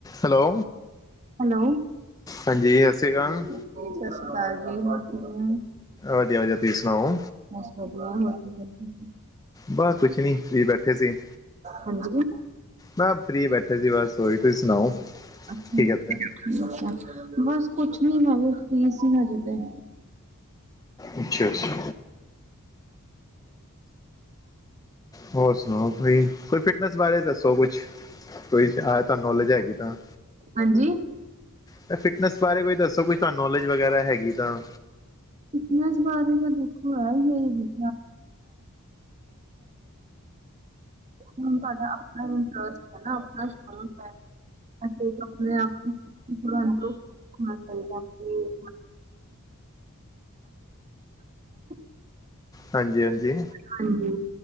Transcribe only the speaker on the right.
hello
ਸਤਿ ਸ਼੍ਰੀ ਅਕਾਲ ਜੀ ਕਿਵੇਂ ਹੋ
ਬਸ ਵਧੀਆ ਹੋਰ ਕੀ ਕਰਦੇ ਸੀ?
ਹਾਂਜੀ
ਅੱਛਾ-ਅੱਛਾ,
ਬਸ ਕੁਛ ਨੀ ਮੈਂ ਵੀ ਫਰੀ ਹਜੇ ਤੇ।
ਹਾਂਜੀ।
ਇਸ ਬਾਰੇ ਤਾਂ ਦੇੁਖੋ ਹੈੁ <unintelligible> ਤੁਹਾਡਾ ਆਪਣਾ ਇੰਟਰਸਟ ਹੈ ਨਾ ਆਪਣਾ ਸ਼ੌਕ ਹੈ। ਅੱਛਾ ਆਪਣੇ ਆਪ ਨੂੰ ਥੋੜਾ ਅੰਦਰੋਂ ਹ ਕਹੀ <unintelligible>
ਹਾਂਜੀ,